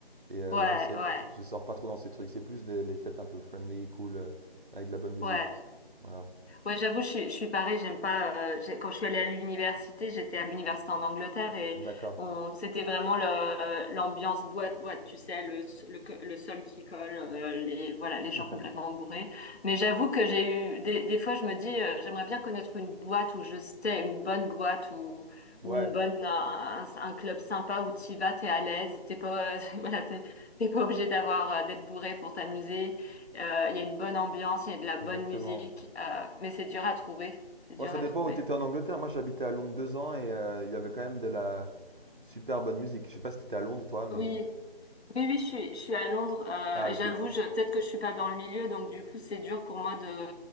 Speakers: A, on the right (about 55°); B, on the left (about 80°).
A: Et euh,
B: Ouais,
A: j'essaie,
B: ouais,
A: je sors pas trop dans ces trucs. C'est plus des, les fêtes un peu friendly, cool, euh, avec de la bonne musique.
B: ouais.
A: Voilà.
B: Ouais, j'avoue, je suis, je suis pareil, j'aime pas. euh, j'ai- quand je suis allée à l'université, j'étais à l'université en Angleterre et
A: D'accord.
B: on, c'était vraiment le- euh, l'ambiance boîte-boîte, tu sais, le, le, co- le sol qui colle, euh, les, voilà, les gens
A: <laughs>
B: complètement bourrés. Mais j'avoue que j'ai eu. Des, des fois, je me dis, euh, j'aimerais bien connaître une boîte où je stay, une bonne boîte ou
A: Ouais,
B: ou une bonne un, un- un club sympa où t'y vas, t'es à l'aise, t'es pas <laughs> voilà, t'es t'es pas obligé d'avoir euh, d'être bourré pour t'amuser. Euh, Il y a une bonne ambiance, il y a de la bonne
A: exactement.
B: musique, euh, mais c'est dur à trouver. C'est dur
A: Bon, ça
B: à
A: dépend
B: trouver.
A: où tu étais en Angleterre. Moi, j'habitais à Londres deux ans et euh, il y avait quand même de la super bonne musique. Je sais pas si t'étais à Londres, toi, mais.
B: Oui, oui, oui, je suis, je suis à Londres. euh,
A: Ah,
B: et
A: ok.
B: j'avoue, je- peut-être que je suis pas dans le milieu, donc du coup, c'est dur pour moi de,